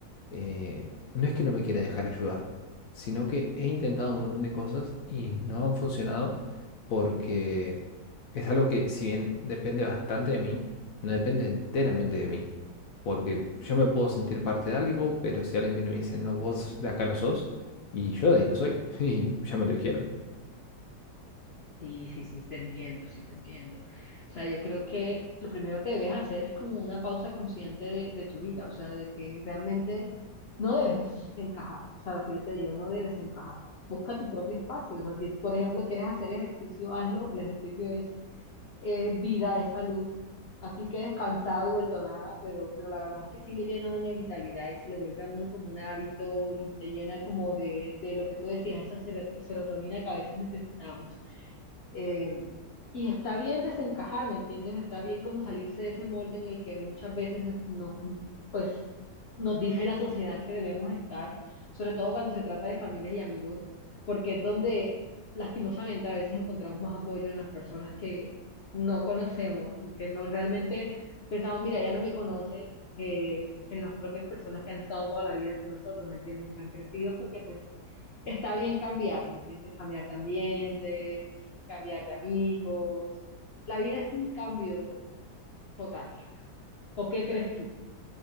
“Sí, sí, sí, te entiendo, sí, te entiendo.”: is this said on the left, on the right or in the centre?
Left